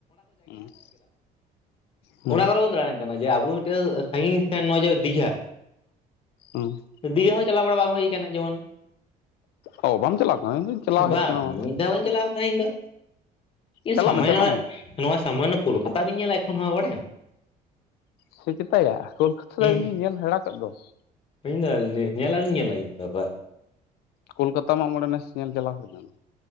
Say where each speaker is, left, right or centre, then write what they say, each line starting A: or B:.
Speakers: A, on the left (about 85°); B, on the left (about 35°).
A: ᱦᱩᱸ ᱾
B: ᱚᱱᱟ ᱠᱚᱨᱮ ᱵᱚᱱ ᱫᱟᱬᱟᱱ ᱡᱮ ᱟᱵᱚ ᱢᱤᱫᱴᱟᱝ ᱥᱟᱺᱜᱤᱧ ᱥᱮ ᱱᱚᱜᱼᱚᱭ ᱡᱮ ᱫᱤᱜᱷᱟ
A: ᱦᱩᱸ ᱾
B: ᱫᱤᱜᱷᱟ ᱦᱚᱸ ᱪᱟᱞᱟᱣ ᱵᱟᱲᱟ ᱵᱟᱝ ᱦᱩᱭ ᱠᱟᱱᱟ ᱡᱮᱢᱚᱱ
A: ᱚ ᱵᱟᱢ ᱪᱟᱞᱟᱣ ᱠᱟᱱᱟ ᱤᱧ ᱫᱩᱧ ᱪᱟᱞᱟᱣ ᱦᱮᱡ
B: ᱵᱟᱝ
A: ᱠᱟᱱᱟ ᱚᱱᱟ ᱫᱚ
B: ᱢᱤᱫ ᱫᱷᱟᱣ ᱵᱟᱹᱧ ᱪᱟᱞᱟᱣ ᱠᱟᱱᱟ ᱤᱧ ᱫᱚ ᱤᱧ
A: ᱪᱟᱞᱟᱜ
B: ᱥᱟᱢᱚᱭ
A: ᱢᱮ ᱪᱟᱞᱟᱜ
B: ᱱᱚᱣᱟ
A: ᱢᱮ
B: ᱱᱚᱣᱟ ᱥᱟᱢᱟᱱᱱᱚ ᱠᱳᱞᱠᱟᱛᱟ ᱟᱣᱨᱤᱧ ᱧᱮᱞᱟ ᱮᱠᱷᱚᱱ ᱦᱚᱸ ᱵᱟᱲᱟᱭᱟᱢ ᱾
A: ᱥᱮ ᱪᱮᱛᱟ ᱭᱟ ᱠᱳᱞᱠᱷᱟᱛᱷᱟ
B: ᱦᱩᱸ
A: ᱫᱚ ᱤᱧᱤᱧ ᱧᱮᱞ ᱦᱟᱲᱟ ᱠᱮᱫ ᱫᱚ ᱾
B: ᱤᱧ ᱫᱚ ᱧᱮᱞ ᱟᱣᱨᱤᱧ ᱧᱮᱞᱟ ᱤᱧ ᱫᱚ ᱟᱵᱟᱨ
A: ᱠᱳᱞᱠᱟᱛᱟ ᱢᱟᱜᱽ ᱢᱚᱬᱮ ᱱᱮᱥ ᱧᱮᱞ ᱪᱟᱞᱟᱣ ᱦᱩᱭ ᱞᱮᱱ ᱾